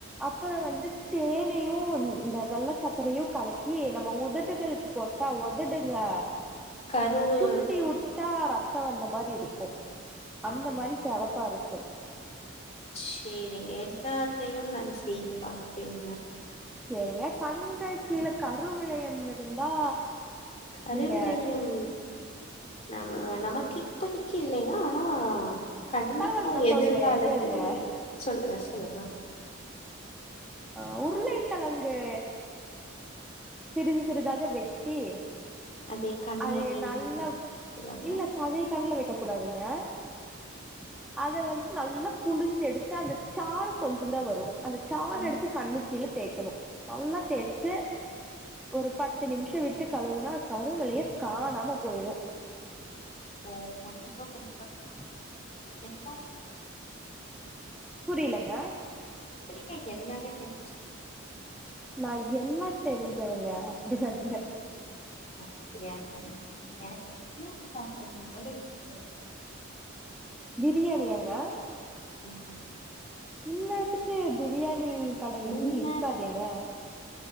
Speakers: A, in the centre; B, on the left.
A: அப்பறம் வந்து தேனையும் இந்த வெள்ள சக்கரையும் கலக்கி நம்ம உதட்டுகளுக்கு போட்டா உதடுங்க
B: கருவு
A: சுண்டி விட்டா ரத்த சிவந்த மாரி இருக்கும் அந்த
B: ஆ
A: மாரி சிவப்பா இருக்கும் <unintelligible>
B: செரிங்க எல்லாத்தையு நான் செய்து பார்ப்பேன்ங்க
A: செரிங்க கண்கள் கீழே கருவளையம் இருந்தா
B: கருவிலையம்
A: நீங்க
B: நம நமக்கு இப்பதைக்கு இல்லங்க ஆனா கண்டிப்பா
A: பரவால்ல நா
B: எதிர்காலத்தில
A: சொல்றே கேளுங்க
B: சொல்லுங்க சொல்லுங்க
A: ஆ உருளைக்கெளங்கு சிறிது சிறிதாக வெட்டி
B: அதே கண்ணாடி
A: அது நல்லா
B: சொல்றாங்க
A: இல்ல கதை கண்ணல வைக்க <unintelligible> அத வந்து நல்லா புழிஞ்சு எடுத்து அந்த சாறு கொஞ்ச தான் வரும் அந்த சார்
B: ம்.
A: எடு நெத்தில தேக்கணு நல்லா தேச்சி ஒரு பத்து நிமிஷோ விட்டு கழுவுனா கருவலையம் காணாம போயிரும்
B: ஓ கண்டிப் <unintelligible>
A: <unintelligible>
B: எத்தா
A: புரியலங்க
B: எப்டிங்க எல்லாமே தெரிஞ்சுக்
A: நா என்ன தெரிஞ்சவங்க அப்டி வந்துதேன்
B: அப்ப <unintelligible> எனக்கு பிரியாணி சாப்னும் போல இருக்கி
A: பிரியாணியாங்க
B: <unintelligible>
A: இந்நேரத்துக்கு பிரியாணி
B: <inaudible>
A: கடை
B: இந்நேரத்துக்கு
A: எங்கேயும் இருக்காதேங்க